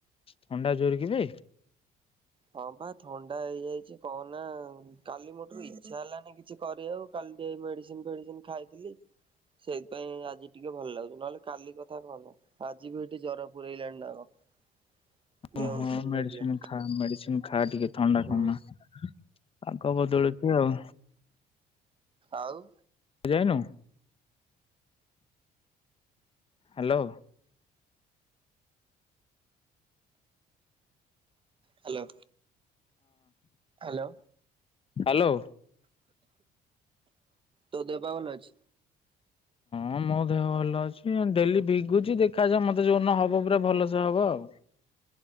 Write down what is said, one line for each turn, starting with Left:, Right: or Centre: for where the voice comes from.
Left: ଥଣ୍ଡା ଜୋରେ କିବେ?
Right: ହଁ ପା ଥଣ୍ଡା ହେଇଯାଇଚି କହ ନା। କାଲି ମୋଠୁ ଇଚ୍ଛା ହେଲାନି କିଛି କରିବାକୁ କାଲି ଟିକେ ମେଡିସିନ ଫେଡିସିନ ଖାଇଥିଲି। ସେଇଥିପାଇଁ ଆଜି ଟିକେ ଭଲ ଲାଗୁଚି ନହଲେ କାଲି କଥା କହନା। ଆଜି ବି ଏଇଠି ଜର ପୁରେଇଲାଣି ନା କଣ ଦେହ
Left: ଓହୋ
Right: ଉଷୁମ
Left: ମେଡିସିନ
Right: ଲାଗିଲାଣି।
Left: ଖା ମେଡିସିନ ଖା ଟିକେ ଥଣ୍ଡା
Right: ହୁଁ
Left: କମା ପାଗ ବଦଳୁଚି ଆଉ।
Right: ଆଉ?
Left: ଯାଇନୁ ହାଲୋ।
Right: Hello hello.
Left: ହାଲୋ।
Right: ତୋ ଦେହ ପାଆ ଭଲ ଅଛି?
Left: ହଁ ମୋ ଦେହ ଭଲ ଅଛି ଡେଲି ଭିଗୁଚି ଦେଖାଯାଉ ମତେ ଯୋଉନ ହବ ପୁରା ଭଲସେ ହବ ଆଉ।